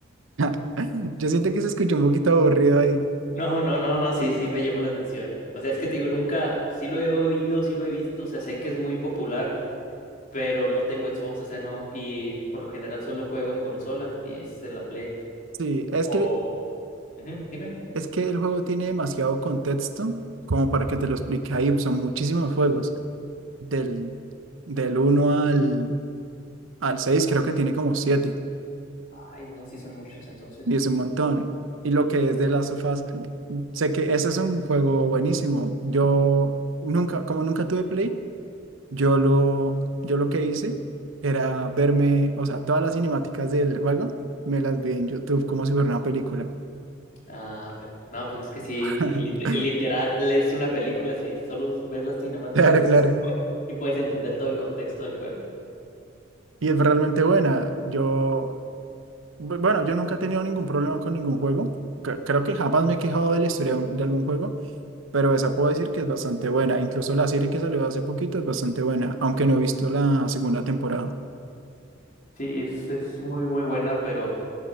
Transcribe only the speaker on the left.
No, no, no, no, sí, sí me llamó la atención. O sea, es que te digo, nunca, sí lo he oído, sí lo he visto, o sea, sé que es muy popular, pero no tengo Xbox, o sea, no, y por lo general solo juego en consola y es en la Play.
O...
Ujú, dime.
Ay, no, sí son muchos entonces.
Ah, perfecto. No, pues es que sí,
lit- literal es una película, si solo ves las cinemáticas,
o
sea, sí puedes, sí puedes entender todo el contexto del juego.
Sí, es, es muy, muy buena, pero